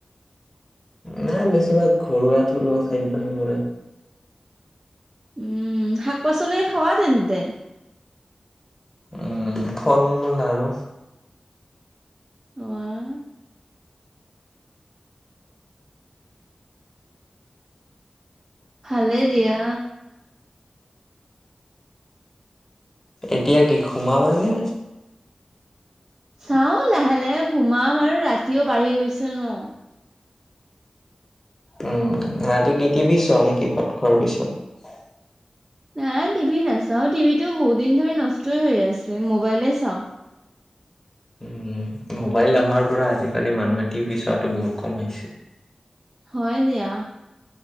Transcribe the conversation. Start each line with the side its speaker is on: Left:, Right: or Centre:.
Left: নাই বেছিভাগ ঘৰুৱা থলুৱা খাদ্য সেইবোৰে।
Right: উম শাক পাচলি খোৱা তেন্তে
Left: উম, ফল মূল আৰু
Right: আহ ভালে দিয়া
Left: এতিয়া কি ঘোমাবা নে?
Right: চাও লাহে লাহে সোমাম আৰু ৰাতিও বাঢ়ি গৈছে ন।
Left: উম ৰাতি গিতিবি চ নেকি ভাত খোৱাৰ পিছত
Right: নাই টিভি নাচাও টিভিটো বহুত দিন ধৰি নষ্টই হৈ আছে মোবাইলে চাও।
Left: উম, মোবাইল অহাৰ পৰা আজিকালি মানুহে টি ভি চোৱাটো বহুত কমাইছে
Right: হয় দিয়া